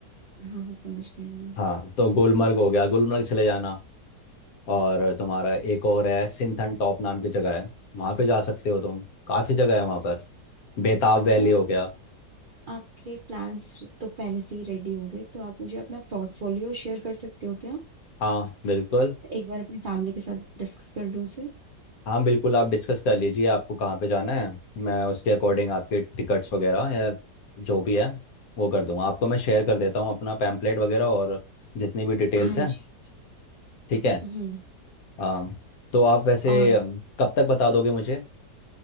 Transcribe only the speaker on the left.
हाँ तो गुलमर्ग हो गया गुलमर्ग चले जाना और तुम्हारा एक और है सिंथन टॉप नाम की जगह है वहाँ पे जा सकते हो तुम काफ़ी जगह है वहाँ पर बेताब
वैली हो गया
हाँ बिल्कुल
हाँ बिल्कुल आप डिस्कस कर लीजिए आपको कहाँ पे जाना है मैं उसके अकॉर्डिंग आपके टिकट्स वगैरह या जो भी है वो कर दूंगा आपको मैं शेयर कर देता हूँ अपना पैम्पलेट वगैरह और जितनी भी डिटेल्स
है
ठीक है
अम, तो आप वैसे
अम, कब तक बता दोगे मुझे